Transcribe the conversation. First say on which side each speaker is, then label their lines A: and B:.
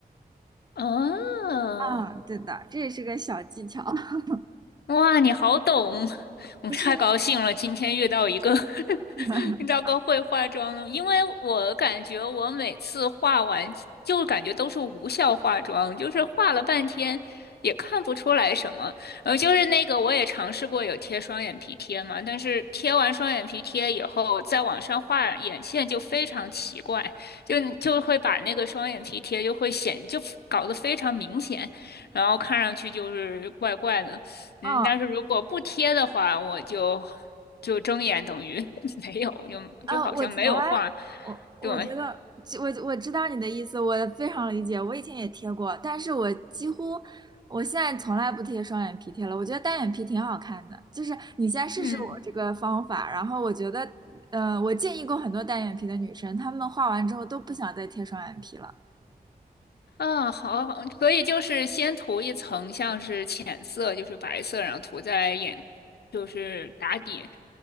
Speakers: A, on the left; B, on the right.
A: 哦。
B: 嗯，对的，这也是个小技巧，<laughs>
A: 哇，你好懂，<laughs> 我太高兴了，
B: 不是
A: 今天遇到一个 <laughs>
B: 晕的
A: 遇到个会化妆的，
B: <laughs>
A: 因为我感觉我每次化完就感觉都是无效化妆，就是化了半天也看不出来什么。呃，就是那个我也尝试过有贴双眼皮贴嘛，但是贴完双眼皮贴以后，再往上画眼线就非常奇怪，就就会把那个双眼皮贴就会显就搞得非常明显，然后看上去就是怪怪的。嗯，
B: 嗯，
A: 但是如果不贴的话，我就就睁眼等于 <laughs> 没有，就就好像没有画。
B: 啊，我从来，我我觉得，
A: 对，
B: 就我我知道你的意思，我非常理解。我以前也贴过，但是我几乎，我现在从来不贴双眼皮贴了。我觉得单眼皮挺好看的，就是你先试试我这个方法，
A: 嗯，
B: 然后我觉得，呃，我建议过很多单眼皮的女生，她们画完之后都不想再贴双眼皮了。
A: 啊，好，好所以就是先涂一层像是浅色，就是白色，然后涂在眼，就是打底，